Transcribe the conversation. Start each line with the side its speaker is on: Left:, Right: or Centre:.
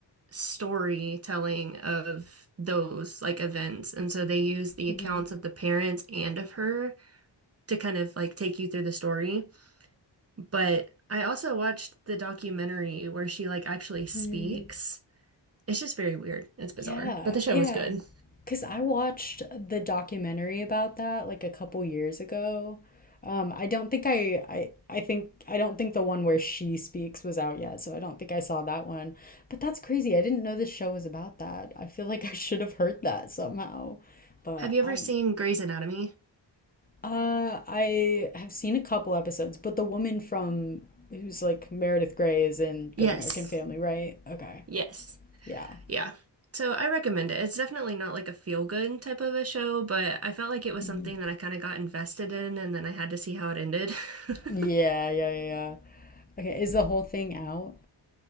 Right: storytelling of those like events. And so they use the
Left: Mm-hmm.
Right: accounts of the parents and of her to kind of like take you through the story. But I also watched the documentary where she like actually speaks.
Left: Mm-hmm.
Right: It's just very weird. It's bizarre,
Left: Yeah.
Right: but the show
Left: Yeah.
Right: was good.
Left: Because I watched the documentary about that like a couple years ago. Um, I don't think I, I I think I don't think the one where she speaks was out yet, so I don't think I saw that one. But that's crazy. I didn't know this show was about that. I feel like I should have heard that somehow. But
Right: Have you ever
Left: I'm
Right: seen Grey's Anatomy?
Left: Uh, I have seen a couple episodes, but the woman from who's like Meredith Grey is in
Right: Yes.
Left: Good American Family, right? Okay.
Right: Yes.
Left: Yeah.
Right: Yeah. So I recommend it. It's definitely not like a feel good type of a show, but I felt like it was
Left: Mhm.
Right: something that I kind of got invested in and then I had to see how it ended. <laughs>
Left: Yeah, yeah, yeah, yeah. Okay, is the whole thing out?